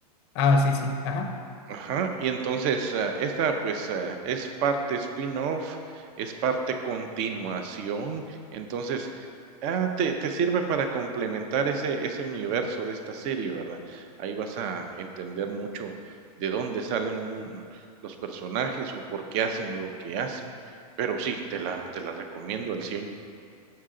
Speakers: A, on the left; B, on the right.
A: Ah, sí, sí. Ajá.
B: Ajá, y entonces, ah, esta, pues, ah, es parte spin-off, es parte continuación, entonces, ah, te, te sirve para complementar ese, ese universo de esta serie, ¿verdad? Ahí vas a entender mucho de dónde salen un- los personajes o por qué hacen lo que hacen, pero sí, te la, te la recomiendo al 100.